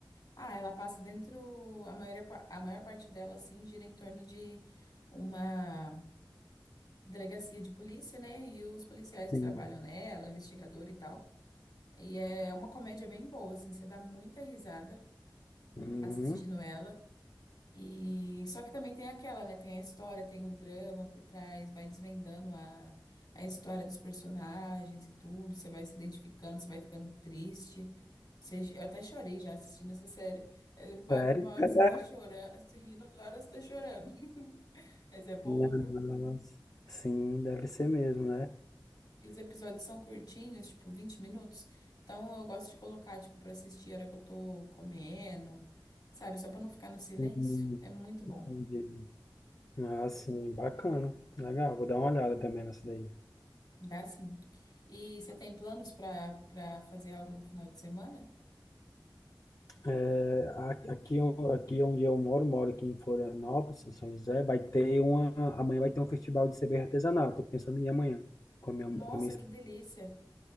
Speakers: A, on the left (about 70°); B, on the left (about 50°).
A: Ah, ela passa dentro. A maior, pa- a maior parte dela, assim, gira em torno de uma delegacia de polícia, né? E os policiais que
B: Sim.
A: trabalham nela, investigador e tal. E é uma comédia bem boa, assim. Você dá muita risada
B: Uhum.
A: assistindo ela. E só que também tem aquela, né? Tem a história, tem o drama por trás, vai desvendando a, a história dos personagens e tudo. Você vai se identificando, você vai ficando triste. Você- eu até chorei já assistindo essa série. É, Uma
B: Sério?
A: uma hora
B: É.
A: você tá chorando, <laughs> você rindo, outra hora você tá chorando. <laughs> Mas é boa,
B: né?
A: viu?
B: nossa. Sim, deve ser mesmo, né?
A: E os episódios são curtinhos, tipo 20 minutos. Então eu gosto de colocar, tipo, pra assistir a hora que eu tô comendo, sabe? Só pra não ficar no silêncio.
B: Hum,
A: É muito bom.
B: entendi. Ah, sim, bacana. Legal, vou dar uma olhada também nessa daí.
A: Dá sim. E você tem planos para para fazer algo no final de semana?
B: É, a- aqui, o- aqui onde eu moro, moro aqui em Florianópolis, em São José, vai ter uma, amanhã vai ter um festival de cerveja artesanal, estou pensando em ir amanhã, com a minha,
A: Nossa,
B: com a minha esposa.
A: que delícia!